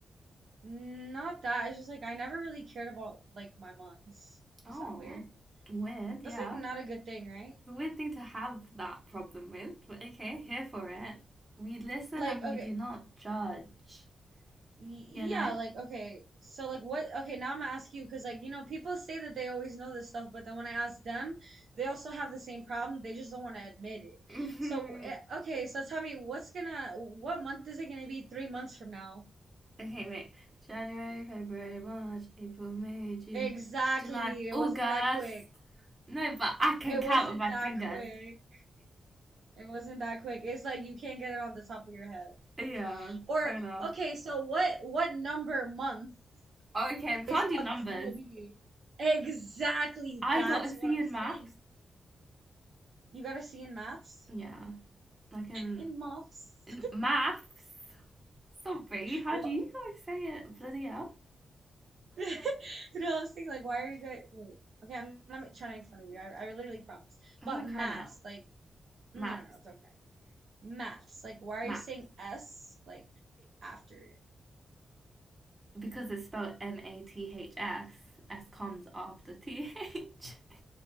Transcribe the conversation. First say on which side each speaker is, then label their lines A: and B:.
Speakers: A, on the right (about 65°); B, on the right (about 30°).
A: Not that. It's just like I never really cared about like my months.
B: Oh,
A: Is that weird?
B: weird,
A: That's
B: yeah.
A: like not a good thing, right?
B: It's a weird thing to have that problem with, but okay, here for it. We listen
A: Like
B: and
A: okay,
B: we do not judge,
A: Y-
B: you know?
A: Yeah, like okay, so like what? Okay, now I'm gonna ask you because like you know people say that they always know this stuff, but then when I ask them, they also have the same problem. They just don't want to admit it.
B: <laughs>
A: So eh, okay, so tell me what's gonna what month is it gonna be three months from now?
B: Okay, wait. January, February, March, April, May, June,
A: Exactly,
B: July,
A: it
B: August.
A: wasn't that quick.
B: No, but I can
A: It
B: count
A: wasn't
B: with my
A: that
B: fingers.
A: quick. It wasn't that quick. It's like you can't get it on the top of your head.
B: <laughs> yeah,
A: Or
B: fair enough.
A: okay, so what what number month
B: Oh, Okay, we can't
A: is
B: do
A: August
B: numbers.
A: gonna be? Exactly,
B: I
A: that's
B: got a C
A: what I'm
B: in
A: saying.
B: maths.
A: You got a C in maths?
B: Yeah, like in,
A: In maths?
B: in
A: <laughs>
B: maths. Sorry, how
A: What?
B: do you guys say it? Bloody hell.
A: <laughs> You No, I was thinking like, why are you guys? Wait. Okay, I'm not ma- trying to make fun of you. I, I literally promise.
B: I'm
A: But
B: gonna cry
A: maths,
B: now.
A: like,
B: Maths.
A: no, no, no, it's okay. Maths, like, why are
B: Maths.
A: you saying S like after it?
B: Because it's spelled M A T H S, S comes after T H. <laughs>